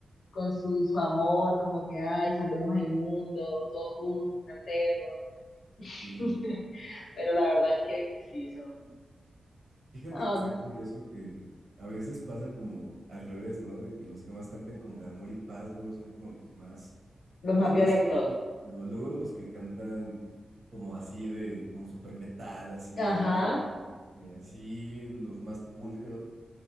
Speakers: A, on the left (about 85°); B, on the right (about 55°).
A: con su, su amor, como que, ay, salvemos el mundo, todos juntos, cantemos.
B: Sí.
A: <laughs> Pero la verdad es que, que sí, son.
B: Fíjate
A: Ah,
B: que está curioso que a veces pasa como al revés, ¿no? De que los que más cantan como de amor y paz luego son como los más,
A: los
B: los
A: más violentos.
B: más feos. Pero luego los que cantan como así de, como super metal, así
A: Ajá,
B: de muerte, eh, así los más pulcros.